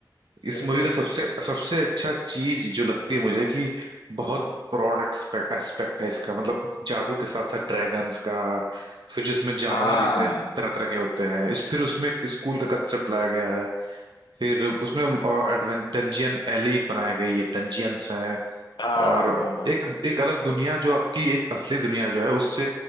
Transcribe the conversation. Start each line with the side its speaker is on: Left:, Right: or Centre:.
Right: इस
Left: अरे
Right: मूवी का सबसे सबसे अच्छा चीज जो लगती है मुझे कि बहुत ब्रॉड एक्सपेक्ट एस्पेक्ट है इसका मतलब जादू के साथ साथ ड्रैगन्स का फिर जिसमें जानवर
Left: हाँ
Right: जितने तरह तरह के होते हैं इस फिर उसमें एक स्कूल का कंसेप्ट लाया गया है फिर उसमें डंजियन एलीट बनाई गई है डंजियंस हैं
Left: हाँ
Right: और
Left: हाँ।
Right: एक एक अलग दुनिया जो आपकी एक असली दुनिया जो है उससे